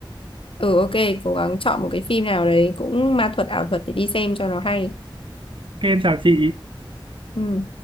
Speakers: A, on the left (about 85°); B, on the right (about 75°).
A: Ừ ok, cố gắng chọn một cái phim nào đấy cũng ma thuật ảo thuật để đi xem cho nó hay.
B: em chào chị.
A: Ừ.